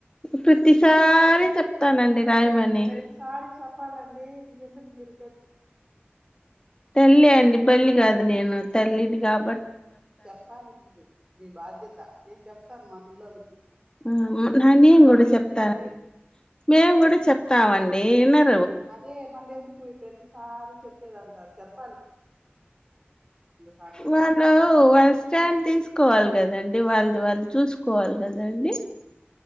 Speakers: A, on the left; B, on the right.
A: ప్రతిసారి చెప్తానండి రాయమని
B: ప్రతిసారి చెప్పాలండి ఇంకెందుకు మీరు ద
A: తల్లె అండి బళ్ళి కాద్ నేను తల్లిని కాబ
B: చెప్పాలి మీరు మీ బాధ్య త నేను చెప్తాను మా పిల్లోల్లకి
A: హ నా నేం కూడా చెప్తా,
B: అని
A: మేం గుడా చెప్తామండి. ఏనర్
B: అదే మళ్ళెందు కుయ్ ప్రతిసారి చెప్పేది అంటారు చెప్ సార్లు అన్నా
A: వాళ్ళు వాళ్ళ స్టాండ్ తీసుకోవాల్ కదం. డి వాళ్ళద్ వాళ్ళు చూసుకోవాలి కదండి.